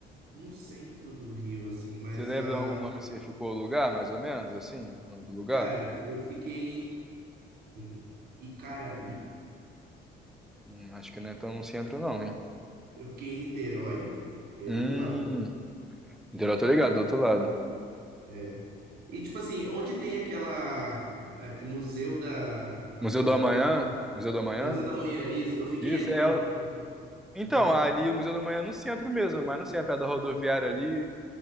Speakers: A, on the right; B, in the centre.
A: no centro do Rio, assim, mas,
B: Você lembra
A: ah,
B: o nome se ficou o lugar, mais ou menos, assim? O nome do lugar?
A: cara, eu fiquei em Icaraí.
B: Hum, acho que não é tão no centro, não, hein?
A: Eu fiquei em Niterói, que é
B: Hum,
A: do outro lado.
B: então eu tô ligado, do outro lado.
A: É. E, tipo assim, onde tem aquela. é, é Museu da Atualidade.
B: Museu do Amanhã? Museu do Amanhã?
A: Museu da Manhã, isso. Eu fiquei
B: Isso,
A: ali
B: é.
A: uma
B: o-
A: vez também.
B: Então,
A: Ah,
B: ali o Museu do Amanhã é no centro mesmo, mas não sei, é perto da rodoviária ali,